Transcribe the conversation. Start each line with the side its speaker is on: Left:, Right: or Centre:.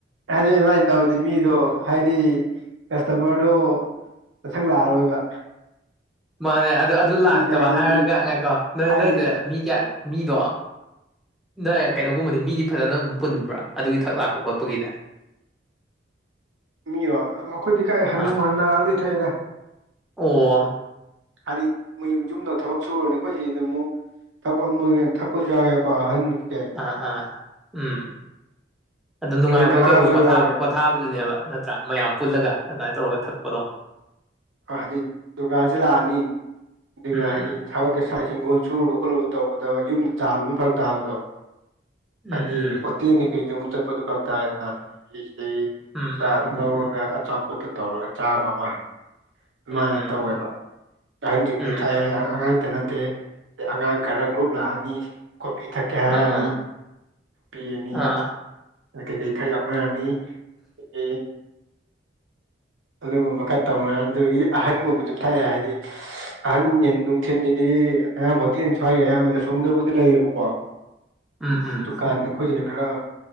Right: ꯍꯥꯏꯗꯤ ꯑꯗꯨꯃꯥꯏꯅ ꯇꯧꯗꯤ ꯃꯤꯗꯣ ꯍꯥꯏꯗꯤ ꯀꯁꯇꯃꯔꯗꯣ ꯃꯊꯪ ꯂꯥꯛꯑꯔꯣꯏꯕ
Centre: ꯃꯥꯅꯦ ꯑꯗꯨ ꯑꯗꯨ ꯂꯥꯛꯇꯕ
Right: ꯃꯤꯅ ꯍꯥꯏꯗꯤ
Centre: ꯍꯥꯏꯔꯒ ꯉꯥꯏꯀꯣ ꯅꯣꯏ
Right: ꯍꯥꯏꯗꯤ
Centre: ꯅꯣꯏꯗ ꯃꯤ ꯀꯌꯥ ꯃꯤꯗꯣ ꯅ ꯀꯩꯅꯣꯒꯨꯝꯕꯗꯤ ꯃꯤꯗꯤ ꯐꯖꯅ ꯑꯗꯨꯝ ꯄꯨꯟꯕ꯭ꯔꯥ ꯑꯗꯨꯒꯤ ꯊꯛ ꯂꯥꯛꯄ ꯈꯣꯠꯄꯒꯤꯅꯦ
Right: ꯃꯤꯔꯣ ꯑꯩꯈꯣꯏꯗꯤ ꯀꯥꯏ ꯍꯟꯅꯨ
Centre: ꯑꯥ
Right: ꯍꯟꯅ ꯂꯣꯏꯊꯛꯑꯦꯗ
Centre: ꯑꯣ
Right: ꯍꯥꯏꯗꯤ ꯃꯌꯨꯝ ꯌꯨꯝꯗꯣ ꯊꯕꯛ ꯁꯨꯔꯅꯦ ꯑꯩꯈꯣꯏ ꯁꯤꯗ ꯑꯃꯨꯛ ꯊꯛꯄꯥ ꯑꯗꯨꯝꯕꯩ ꯌꯦꯟ ꯊꯛꯄꯁꯨ ꯌꯥꯎꯏꯀꯣ ꯑꯍꯟ ꯀꯩ
Centre: ꯑꯥ ꯑꯥ ꯎꯝ ꯑꯗꯨꯝ ꯅꯨꯡꯉꯥꯏꯕꯣꯏ
Right: ꯑꯗꯩ ꯅꯍꯥꯁꯨ
Centre: ꯀꯩꯕꯣꯏ ꯄꯣꯊꯥ
Right: ꯌꯥꯎꯔꯦ
Centre: ꯄꯣꯠ ꯊꯥꯕꯗꯨꯅꯦꯕ ꯅꯠꯇ꯭ꯔꯥ ꯃꯌꯥꯝ ꯄꯨꯜꯂꯒ ꯑꯗꯨꯃꯥꯏꯅ ꯇꯧꯔꯒ ꯊꯛꯄꯗꯣ
Right: ꯍꯥꯏꯗꯤ ꯗꯨꯒꯥꯁꯦ ꯂꯥꯛꯑꯅꯤ ꯑꯗꯨꯒ
Centre: ꯎꯝ
Right: ꯍꯥꯏꯗꯤ ꯊꯕꯛꯀꯤꯁꯥꯏ ꯍꯤꯡꯒꯣꯜ ꯁꯨꯔꯨꯕ ꯈꯣꯠꯂꯨꯕ ꯇꯧꯕꯗ ꯌꯨꯝꯗ ꯆꯥꯜꯂꯨꯕꯅ ꯐꯔꯛ ꯇꯥꯕꯗꯣ
Centre: ꯎꯝ
Right: ꯍꯥꯏꯗꯤ
Centre: ꯎꯝ
Right: ꯍꯣꯇꯦꯜꯅꯤ ꯀꯩꯁꯨ ꯑꯃꯨꯛ ꯆꯠꯄꯗꯨꯣ ꯈꯔ ꯇꯥꯏꯗꯅ ꯑꯗꯨꯗꯒꯤ ꯁꯤꯗꯩ
Centre: ꯎꯝ ꯎꯝ
Right: ꯆ ꯑꯗꯨꯝ ꯂꯧꯔꯒ ꯑꯆꯥꯄꯣꯠꯇꯨ ꯇꯧꯔꯒ ꯆꯥꯕ ꯑꯃ ꯑꯗꯨꯃꯥꯏꯅ
Centre: ꯎꯝ ꯎꯝ
Right: ꯇꯧꯋꯦꯕ ꯑꯍꯟꯁꯤꯡꯒꯣꯏ
Centre: ꯎꯝ
Right: ꯊꯥꯏꯑꯦ ꯑꯉꯥꯡꯇ ꯅ ꯑ ꯑꯉꯥꯡ ꯈꯔ ꯒ꯭ꯔꯨꯞ ꯂꯥꯛꯑꯅꯤ ꯀꯣꯄꯤ ꯊꯛꯀꯦ ꯍꯥꯏꯔꯛꯑꯅꯤ
Centre: ꯑꯥ ꯑꯥ
Right: ꯄꯤꯔꯅꯤ
Centre: ꯑꯥ
Right: ꯑ ꯀꯩꯀꯩ ꯈꯔ ꯌꯥꯎꯅꯔꯅꯤ ꯑꯗꯨ ꯑꯗꯨꯒꯨꯝꯕ ꯈꯔ ꯇꯧꯅ ꯑꯗꯨꯗꯒꯤ ꯑꯍꯟꯒꯨꯝꯕ ꯑꯗꯨꯝ ꯊꯛꯑꯦ ꯍꯥꯏꯗꯤ ꯑꯍꯟ ꯌꯦꯟ ꯅꯨꯡꯊꯤꯟꯁꯤꯗꯤ ꯑꯌꯥꯝ ꯍꯣꯇꯦꯟ ꯁ꯭ꯋꯥꯏꯒꯤ ꯑꯌꯥꯝꯕꯅ ꯁꯣꯝꯗꯕꯨꯗꯤ ꯂꯩꯌꯦꯕꯀꯣ
Centre: ꯎꯝ ꯎꯝ
Right: ꯇꯨꯀꯥꯟ ꯑꯈꯣꯏꯖꯤꯅꯦ ꯈꯔ